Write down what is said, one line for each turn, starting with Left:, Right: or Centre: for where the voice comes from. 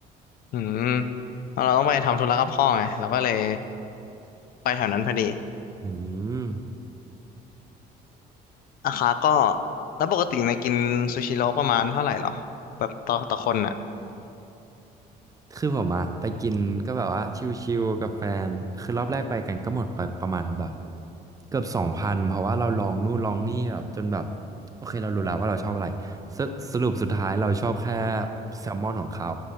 Left: อืมแล้วเราต้องไปทำธุระกับพ่อไงเราก็เลยไปแถวนั้นพอดี
Right: อืม
Left: ราคาก็แล้วปกติในยกินซูชิโร่ประมาณเท่าไหร่หรอแบบต่อต่อคนอ่ะ
Right: คือผมอะไปกินก็แบบว่าชิลๆกับแฟนคือรอบแรกไปกันก็หมดไปประมาณแบบเกือบสองพันเพราะว่าเราลองนู่นลองนี่แบบจนแบบโอเคเรารู้แล้วว่าเราชอบอะไรสสรุปสุดท้ายเราชอบแค่แซลมอนของเขา